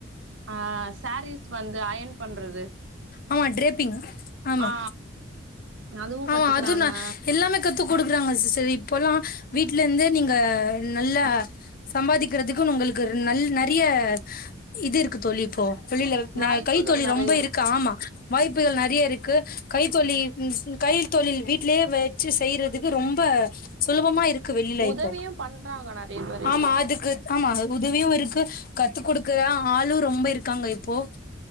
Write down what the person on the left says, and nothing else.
ஆமா ட்ரேப்பிங் ஆமா
ஆமா
அது நா எல்லாமே கத்து குடுக்கறாங்க சிஸ்டர் இப்போல்லா வீட்லருந்தே நீங்க நல்லா சம்பாதிக்கிறதுக்குன்னு உங்களுக்கு நல் நறைய இதுருக்கு தோழி இப்போ தொழில்லு
நா கைத்தொழில்
ரொம்ப இருக்கு ஆமா வாய்ப்புகள் நறையருக்கு கைத்தொழி ம் ம் கைத்தொழில் வீட்லயே வெச்சு செய்றதுக்கு ரொம்ப சுலபமா இருக் கு வெளில
இப்ப
ஆமா அதுக்கு ஆமா அது உதவியுருக்கு கத்து குடுக்க ஆளு ரொம்ப இருக்காங்க இப்போ